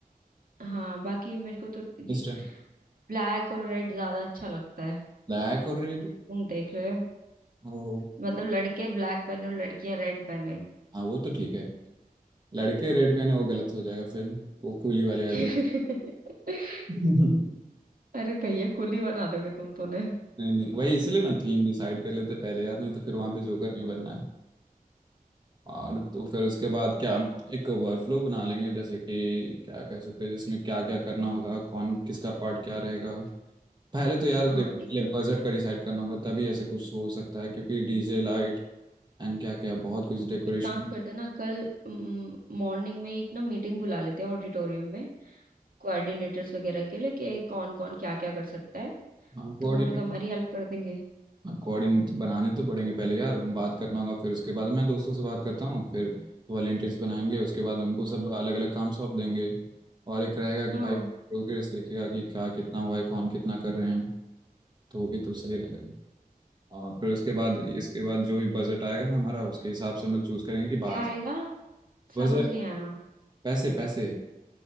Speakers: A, on the right; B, on the right.
A: हाँ बाकी मेरे को तो ये
B: से
A: ब्लैक और रेड ज्यादा अच्छा लगता है
B: ब्लैक और रेड
A: तुम देख रहे हो
B: हो
A: मतलब लड़के ब्लैक पहने और लड़कियां रेड पहने
B: हाँ वो तो ठीक है लड़के रेड पहने वो गलत हो जाएगा फिर वो कूली वाली
A: <laughs>
B: आ जाएगी <laughs>
A: अरे भैया कुली बना दोगे तुम तो ने
B: नहीं नहीं वही इसलिए ना थीम डिसाइड कर लेते पहले यार नहीं तो फिर वहां पे जोकर नहीं बनना है और तो फिर उसके बाद क्या एक वर्कफ्लो बना लेंगे जैसे कि क्या कह सकते हैं जिसमें क्या क्या करना होगा कौन किसका पार्ट क्या रहेगा पहले तो यार
A: हाँ
B: देखो पहले
A: एक
B: बजट का डिसाइड करना होगा तभी ऐसा कुछ हो सकता है क्योंकि डीजे लाइट एंड क्या क्या बहुत कुछ डेकोरेशन
A: एक काम करते हैं ना कल मॉर्निंग में एक ना मीटिंग बुला लेते हैं ऑडिटोरियम में कोऑर्डिनेटर्स वगैरह के लिए कि कौन कौन क्या क्या कर सकता है
B: हाँ कोऑर्डिनेट
A: तो वो लोग हमारी हेल्प कर देंगे
B: कोऑर्डिनेट बनाने तो पड़ेंगे पहले यार बात करना होगा फिर उसके बाद मैं दोस्तों से बात करता हूँ फिर वॉलेंटियर्स बनाएंगे उसके बाद उनको सब अलग अलग काम सौंप देंगे और एक रहेगा कि
A: हाँ
B: भाई प्रोग्रेस देखेगा कि क्या कितना हुआ है कौन कितना कर रहे हैं तो वो भी तो सही रहेगा और फिर उसके बाद इसके बाद जो भी बजट आएगा ना हमारा उसके हिसाब से हम लोग चूज करेंगे कि बाहर
A: क्या आएगा
B: बजट
A: समझ नहीं आया
B: पैसे पैसे